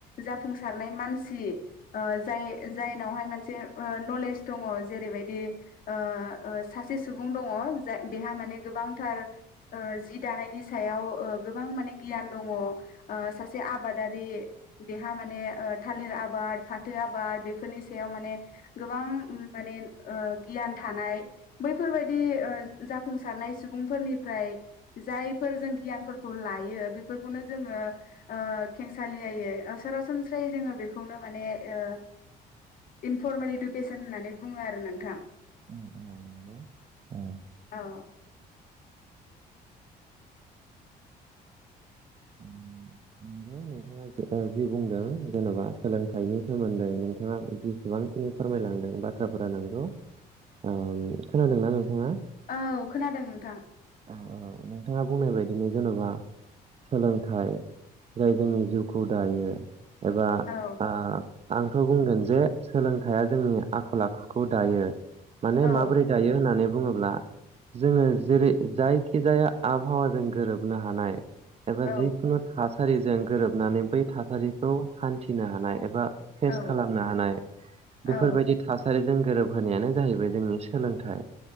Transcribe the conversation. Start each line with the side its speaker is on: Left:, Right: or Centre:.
Left: जाफुंसारनाय मानसि ओ जाय जायनावहाय मोनसे ओ नलेज दङ जेरै बाय दि ओ ओ सासे सुबुं दङ जाय बेहा माने गोबांथार ओ जि दायो दानायनि सायाव ओ गोबां माने गियान दङ ओ सासे आबादारि बे हा माने थालिर आबाद फाथो आबाद बेफोरनि सायाव माने गोबां माने ओ गियान थानाय बैफोरबायदि ओ जाफुंसारनाय सुबुंफोरनिफ्राय जाय फोर जों गियानफोरखौ लायो बेफोर खौनो जोङो ओ खेंसालियायै ओ सरासनस्रायै जोङो बेखौनो माने ओ इनफर्मेल इडुकेसन होननानै बुङो आरो नोंथां
Right: औ नंगौ दङ।
Left: अह
Right: नंगौ नोंथाङा जि बुंदों जेन'बा सोलोंथाइनि सोमोन्दै नोंथाङा जिसेबांखिनि फोरमायलांदों। बाथ्राफोरा नोंगौ ओम खोनादोंना नोंथाङा
Left: औ खोनादों नोंथां
Right: औ औ नोंथाङा बुंनाय बायदिनो जेनबा सोलोंथाइ जाय जोंनि जिउ खौ दायो एबा
Left: औ
Right: ओ आंथ' बुंगोन जे सोलोंथाइया जोंनि आखल आखुखौ दायो माने
Left: औ
Right: माबोरै दायो होननानै बुङोब्ला जोङो जेरै जायखिजाया आबहावाजों गोरोबनो हानाय एबा
Left: औ
Right: जिखुनु थासारिजों गोरोबनानै बै थासारिखौ हान्थिनो हानाय एबा फेस
Left: औ
Right: खालामनो हानाय बेफोरबायदि
Left: औ
Right: थासारिजों गोरोब होनायानो जाहैबाय जोंनि सोलोंथाइ